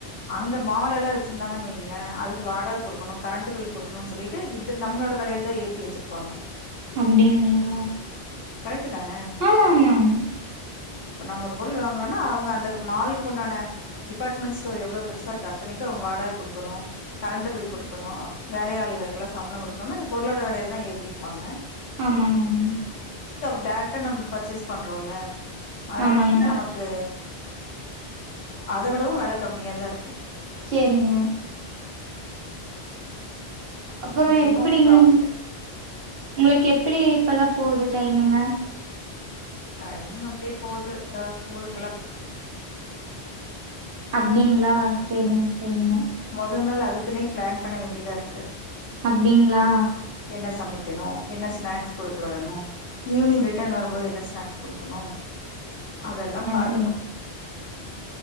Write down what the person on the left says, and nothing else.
அங்க மேலெல்லா வச்சிருந்தாங்கன்னு வைங்கள அதுக்கு வாடக குடுக்கணு கரண்ட் பில் குடுக்கணுன் சொல்லி ட்டு இது நம்மளோட வெலையிலதா ஏத்தி வச்சிருப்பாங்க.
கரெக்ட்தான
ப்ப நம்ம ஒரு பொருள் வாங்குறோனா அவங்க அந்த மாலுக் உண்டான டிபார்ட்மெண்ட் ஸ்டோர் எவ்வளோ பெருசாருக்கா த்தனைக்கு அவங்க வாடக குடுக்கணு. கரண்ட் பில் குடுக்கணு வேலையாள்களுக்குல்லா சம்பளோ குடுக்கனுன்னா இந்த பொருளோட வெலையதா ஏத்திருப்பாங்க
டேரேக்ட்டா நம்ம பர்ச்சேஸ் பண்றோல அதனால
வந்து நமக்கு அத விடவு வெல கம்மியாதா இருக்கு
இது
ரொம்பவுமே ப்ராஃபிட்
டைம் அப்டியே போது தா ஸ்கூலுக்
மொதல் நாள் அதுக்குன்னே பிளான் பண்ண வேண்டியதா இருக்கு
என்ன சமைக்கணு என்ன ஸ்நாக்ஸ் குடுத்துவிடணு ஈவினிங் ரிட்டர்ன் வரும்போது என்ன ஸ்நாக் ஸ் குடுக்கணு அதெல்லாம் பாத்